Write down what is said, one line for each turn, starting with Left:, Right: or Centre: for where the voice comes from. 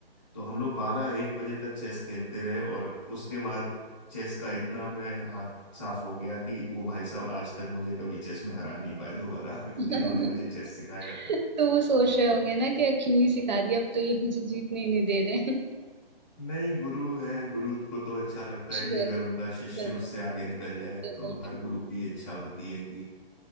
Left: तो हम लोग बारह एक बजे तक चेस खेलते रहे और उसके बाद चेस का इतना मैं हाथ साफ हो गया कि वो भाई साहब आज तक मुझे कभी चेस में हरा नहीं पाए दोबारा <laughs>
Right: <laughs>
Left: जिन्होंने मुझे चेस सिखाया
Right: तो वो सोच रहे होंगे ना कि क्यों ही सिखा दिया अब तो ये मुझे जीतने ही नहीं दे रहे हैं
Left: नहीं गुरु है गुरु को तो अच्छा लगता
Right: <laughs>
Left: है
Right: श्योर
Left: कि अगर उनका शिष्य
Right: बिल्कुल
Left: उससे आगे निकल जाए
Right: बिल्कुल
Left: तो हर गुरु की इच्छा होती है कि